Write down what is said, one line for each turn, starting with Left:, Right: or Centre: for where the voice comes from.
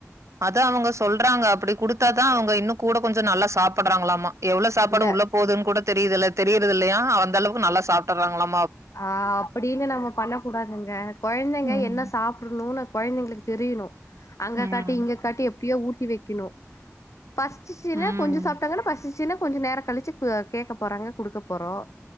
Right: அத அவங்க சொல்றாங்க அப்டி குடுத்து அவங்க தான் இன்னும் கூட கொஞ்சம் நல்லா சாப்படறாங்களாமா எவ்வள சாப்பாடு
Left: இல்ல
Right: உள்ள போகுதுன்ன கூட தெரிதுல தெரியுது இல்லயா அந்த அளவுக்கு நல்லாசாப்டுறாங்களா
Left: ஆ அப்டின்னு நம்ம பண்ண கூடாதுங்க கெழந்தைங்க
Right: ம்.
Left: என்ன சாப்படணும்னு கெழந்தைங்களுக்கு தெரியணும் அங்க
Right: ம்.
Left: காட்டி இங்க காட்டி எப்டியோ ஊட்டு உட்டி வைக்கணும் பசு சீன
Right: ம்.
Left: கொஞ்சம் சாப்பட்டாங்கான பசு சீன கொஞ்சம் நேரம் கழிச்சு கேட்க போறாங்க கொடுக்க போறோம்